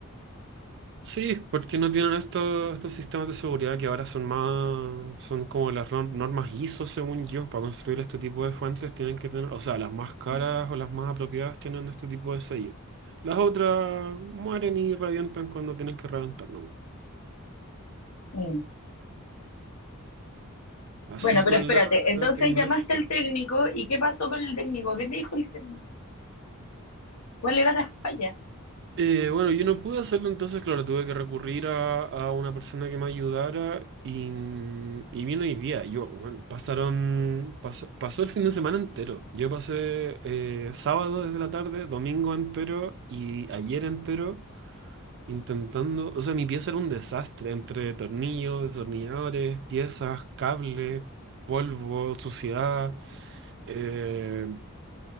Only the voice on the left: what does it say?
Mm.
Bueno, pero
espérate,
entonces
llamaste al técnico y ¿qué pasó con el técnico? ¿Qué te dijo el técnico? ¿Cuál era la falla?